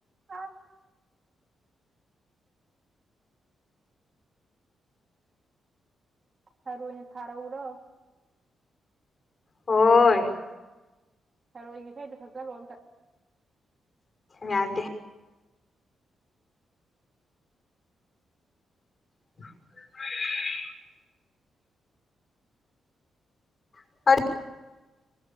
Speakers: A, on the right; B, on the left.
A: ꯑꯥ ꯊꯔꯣꯏꯅ ꯊꯔꯛꯎꯔꯣ
B: ꯍꯣꯏ
A: ꯊꯔꯣꯏꯒꯤ ꯏꯁꯩꯗꯣ ꯁꯛꯆꯜꯂꯣ ꯑꯝꯇ
B: ꯌꯥꯗꯦ <inaudible> <inaudible>